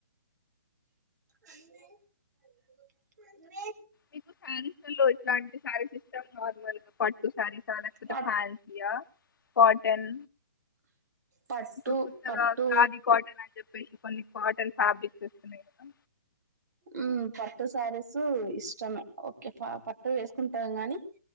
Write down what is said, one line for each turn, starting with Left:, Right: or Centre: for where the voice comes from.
Right: అనీ మ
Left: మీకు ఫాన్సీలో ఇలాంటి శారీస్ ఇష్టం కాదు వాళ్లకి నార్మల్ గా పట్టు శారీసా లేకపోతే
Right: పట్
Left: ఫ్యాన్సయా కాటన్
Right: పట్టు
Left: ఇప్పుడు కొత్తగా
Right: పట్టు
Left: కాది కాటన్ అని చెప్పేసి కొన్ని కాటన్ ఫాబ్రిక్స్ వస్తున్నాయి కదా
Right: ఊమ్ పట్టు శారీసు ఇష్టమే ఓకే పట్టు వేసుకుంటాం గాని